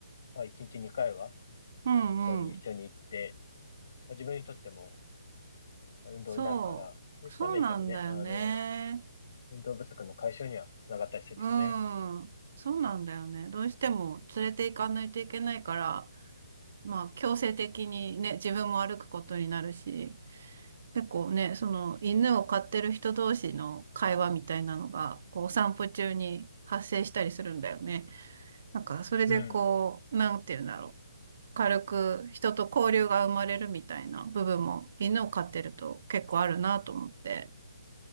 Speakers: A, on the left (about 55°); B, on the right (about 50°).
A: まあ、1日2回は
B: うんうん。
A: 散歩に一緒に行って、まあ、自分にとってもまあ運動になるから、
B: そう。
A: そういった面ではね、
B: そうなんだよね。
A: あの、運動不足の解消にはつながったりするよね。
B: うん。そうなんだよね。どうしても連れて行かないといけないから、まあ強制的にね、自分も歩くことになるし、結構ね、その犬を飼ってる人同士の会話みたいなのが、こうお散歩中に発生したりするんだよね。なんか、それでこう、
A: うん。
B: なんていうんだろう。軽く人と交流が生まれるみたいな部分も犬を飼ってると結構あるなと思って。